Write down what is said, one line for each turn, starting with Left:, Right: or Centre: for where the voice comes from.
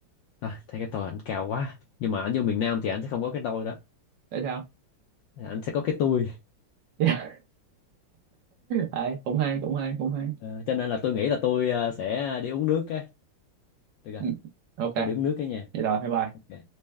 Left: à, thấy cái tôi ảnh cao quá nhưng mà ảnh vô miền Nam thì ảnh sẽ không có cái tôi đó
Right: Tại sao?
Left: ảnh sẽ có cái tôi
Right: <laughs> Đấy, cũng hay, cũng hay, cũng hay.
Left: Ờ, cho nên là tôi nghĩ là tôi ờ, sẽ đi uống nước cái được rồi
Right: Ừ, ok
Left: tôi đếm nước cái nha
Right: vậy rồi bye bye
Left: ok